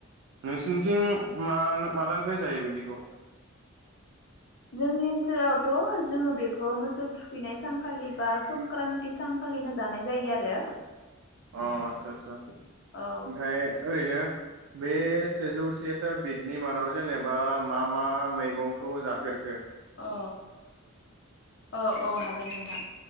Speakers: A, on the right; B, on the left.
A: नोंसिनिथिं मा मालानिफ्राय जायो बिदिखौ?
B: जोंनि ओनसोलावथ' जोङो बेखौ मोसौ थुखैनाय सानखालि बा संक्रान्ति सानखालिनो जानाय जायो आरो।
A: अ आदसा आदसा
B: औ
A: ओमफ्राय ओरैनो बे सेजौसेता बिदनि मादाव जेनेबा मा मा मैगंखौ जाफेर
B: अ औ औ हागोन नोंथां